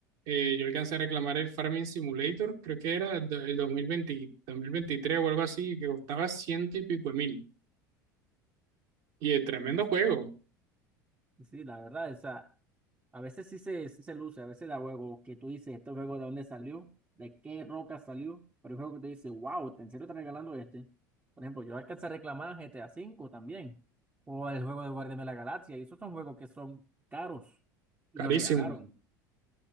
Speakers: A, on the right; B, on the right.
A: eh, yo alcancé a reclamar el Farming Simulator, creo que era do- el 2020, 2023 o algo así, que costaba ciento y pico de mil. Y es tremendo juego,
B: Sí, la verdad, esa A veces sí se, sí se luce, a veces da juego que tú dices, este juego de dónde salió, de qué roca salió, pero hay juego que tú dices, wow, ¿en serio está regalando este? Por ejemplo, yo alcancé a reclamar GTA V también, o el juego de Guardianes de la Galaxia, y esos son juegos que son caros, y
A: carísimo.
B: lo regalaron.